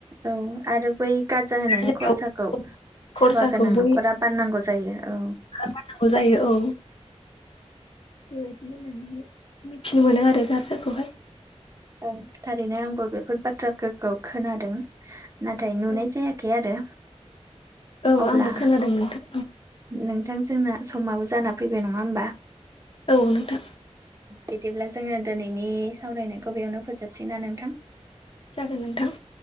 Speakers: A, on the right; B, on the left.
A: औ आरो बै गारजा होनायनि
B: खरसायाव
A: खरसाखौ
B: खरसाखौ
A: सुवा गोनां
B: बै
A: न'खरा बाननांगौ जायो। औ
B: बाननांगौ जायो औ। बेबायदि होननानैहाय मिथिनो मोनो आरो गारजाखौहाय।
A: औ थारैनो आंबो बेफोर बाथ्राफोरखौ खोनादों नाथाय नुनाय
B: औ
A: जाया। <inaudible> आरो
B: औ
A: अब्ला
B: आंबो खोनादों नोंथां
A: नोंथां जोंना समाबो जाना फैबाय नङा होमबा?
B: औ नोंथां
A: बिदिब्ला जोङो दिनैनि सावरायनायखौ बेयावनो फोजोबसै ना नोंथां?
B: जागोन नोंथां